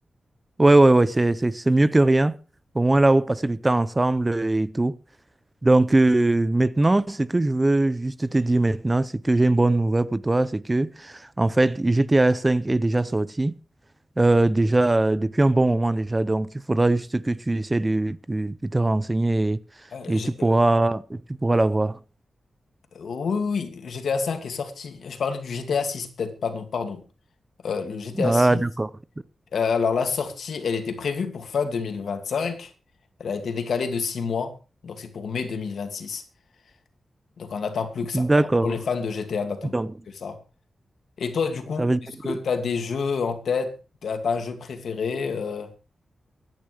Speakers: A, on the right (about 15°); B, on the left (about 80°).
A: Ouais, ouais, ouais, c'est, c'est, c'est mieux que rien. Au moins là, vous passez du temps ensemble euh, et tout. Donc euh, maintenant, ce que je veux juste te dire maintenant, c'est que j'ai une bonne nouvelle pour toi, c'est que en fait GTA 5 est déjà sorti, euh, déjà euh, depuis un bon moment déjà. Donc il faudra juste que tu essaies de, de- de te renseigner
B: Euh,
A: et,
B: j'ai-
A: et tu pourras
B: euh,
A: tu pourras l'avoir.
B: Oui, oui, GTA 5 est sorti. Je parlais du GTA 6, peut-être, pardon, pardon. Euh, le GTA
A: Ah
B: 6,
A: d'accord,
B: euh, alors la sortie, elle était prévue pour fin 2025. Elle a été décalée de 6 mois, donc c'est pour mai 2026. Donc on n'attend plus que ça.
A: d'accord.
B: Pour les fans de GTA, on n'attend
A: Donc
B: plus que ça. Et toi, du coup,
A: ça veut
B: est-ce que
A: dire
B: tu as des jeux en tête? T'as t'as un jeu préféré? Euh,